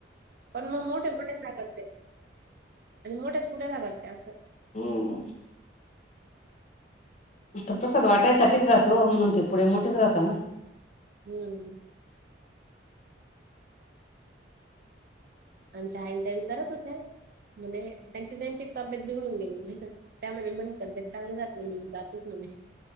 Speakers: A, on the right (about 50°); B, on the left (about 35°).
A: पण म मोटे मोटे चं रातात ते,, आणी मोट्याच पुड्या राहतात अस, <unintelligible>
B: हम्,, <unintelligible> तर प्रसाद वाटायसाठीच राहतो,, म्हणून ते पुढे मोठेच राहत ना. <unintelligible>
A: हम्म, <unintelligible> आमच्या इंटरव्ह्यू करत होत्या. <unintelligible> म्हणे त्यांची नेमकी तब्येत बिघडून गेली नाही,, त्या मनेऽ <unintelligible> तब्येत चांगली जात म्ह,, जातोच म्हणे. <unintelligible>